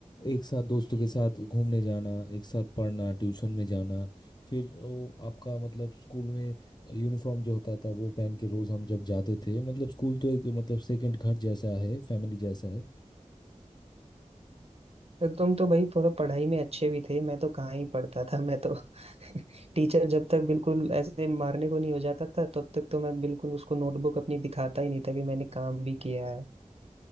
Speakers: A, on the left; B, on the right.
A: एक साथ दोस्तों के साथ घूमने जाना एक साथ पढ़ना ट्यूशन में जाना फिर वो आपका मतलब स्कूल में यूनिफॉर्म जो होता था वो पहन के रोज़ हम जब जाते थे मतलब स्कूल तो एक मतलब सेकंड घर जैसा है फैमिली जैसा है
B: तो तुम तो भाई थोड़ा पढ़ाई में अच्छे भी थे मैं तो कहाँ ही पढ़ता था मैं तो टीचर जब तक बिल्कुल ऐसे मारने को नहीं हो जाता था तब तक तो मैं बिल्कुल उसको नोटबुक अपनी दिखाता ही नहीं था कि मैंने काम भी किया है